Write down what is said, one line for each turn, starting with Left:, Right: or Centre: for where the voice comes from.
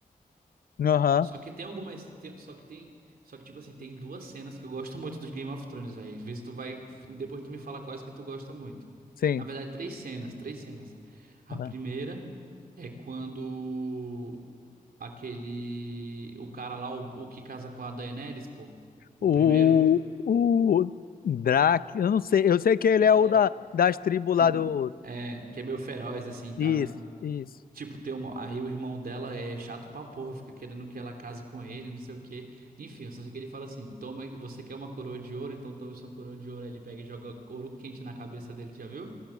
Left: Aham,
Right: Só que tem algumas. tem- só que tem. Só que, tipo assim, tem duas cenas que eu gosto muito dos Game of Thrones, velho. Vê se tu vai. Depois tu me fala quais que tu gosta muito.
Left: sim.
Right: Na verdade, três cenas, três cenas. A
Left: Aham.
Right: primeira é quando aquele. O cara lá, o, o que casa com a Daenerys, pô.
Left: O,
Right: O primeiro.
Left: o Drac, eu não sei, eu sei que ele
Right: É.
Left: é o da, das tribos
Right: <laughs> Sim.
Left: lá do...
Right: É, que é meio feroz, assim e tal,
Left: Isso,
Right: né?
Left: isso.
Right: Tipo, tem uma... aí o irmão dela é chato pra porra, fica querendo que ela case com ele, não sei o quê. Enfim, eu só sei que ele fala assim: toma, você quer uma coroa de ouro, então tome sua coroa de ouro. Aí ele pega e joga ouro quente na cabeça dele, tu já viu?